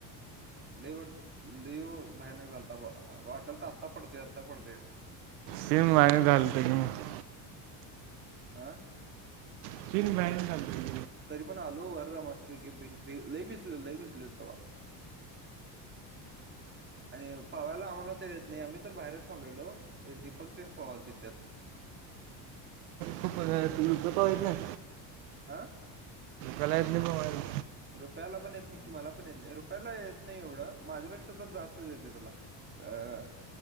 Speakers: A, on the right; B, on the right.
A: लय भयानक झालता वाटालत आत्ता पडते आत्ता पडते.
B: सेम माझ्या झालंत मग.
A: आं?
B: <unintelligible>
A: तरी पण आलो वर मस्तपैकीे भ भ लई भिजले लई भिसले तवा. आणि पवायला आम्हाला तर येत नाही आम्ही तर बाहेरच थांबलेलो दीपक तेन पवाल ते त्यात.
B: पवाय येत नाय?
A: आं.
B: याला येत नाही पवायला.
A: रुपयाला पण येत नाही. मला पण येत नाही रुपयाला येत नाही, एवढं माझ्यापेक्षा तर जास्तच येते तुला. अं.